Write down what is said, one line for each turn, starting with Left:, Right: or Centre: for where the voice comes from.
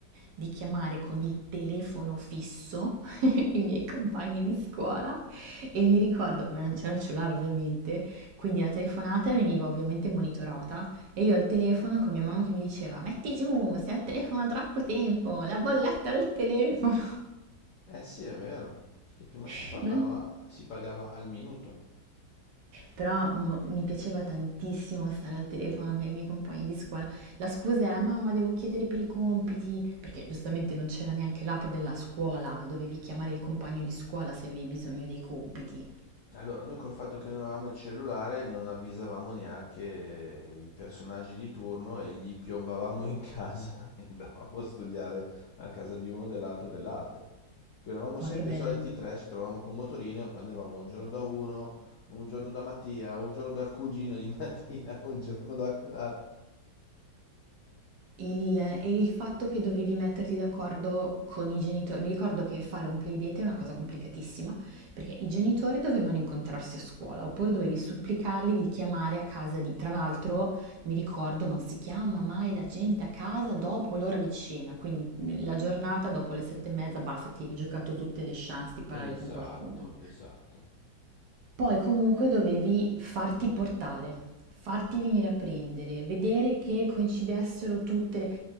Right: di chiamare con il telefono fisso <laughs> i miei compagni di scuola e mi ricordo, ma non c'era il cellulare ovviamente, quindi la telefonata veniva ovviamente monitorata e io al telefono con mia mamma che mi diceva metti giù, sei al telefono da troppo tempo, la bolletta del telefono.
Left: Eh sì, è vero, perché prima
Right: <laughs>
Left: si parlava,
Right: Non
Left: si pagava al minuto.
Right: Però m- mi piaceva tantissimo stare al telefono con i miei compagni di scuola. La scusa era mamma, devo chiedere per i compiti, perché giustamente non c'era neanche l'app della scuola, dovevi chiamare il compagno di scuola se avevi bisogno dei compiti.
Left: Allora, noi col fatto che non avevamo il cellulare non avvisavamo neanche i personaggi di turno e gli piombavamo in casa <laughs> e andavamo a studiare a casa di uno, dell'altro e dell'altro. Qui eravamo sempre
Right: Ma che bello.
Left: i soliti tre, ci trovavamo col motorino e poi andavamo un giorno da uno, un giorno da Mattia, un giorno dal cugino di <laughs> Mattia, un giorno da quell'altro.
Right: Il, e il fatto che dovevi metterti d'accordo con i genitori, mi ricordo che fare un playdate è una cosa complicatissima, perché i genitori dovevano incontrarsi a scuola, oppure dovevi supplicarli di chiamare a casa di... Tra l'altro, mi ricordo, non si chiama mai la gente a casa dopo l'ora di cena, quindi la giornata dopo le sette e mezza basta, ti eri giocato tutte le chance di parlare
Left: Esatto,
Right: con qualcuno.
Left: esatto.
Right: Poi comunque dovevi farti portare, farti venire a prendere, vedere che coincidessero tutte le...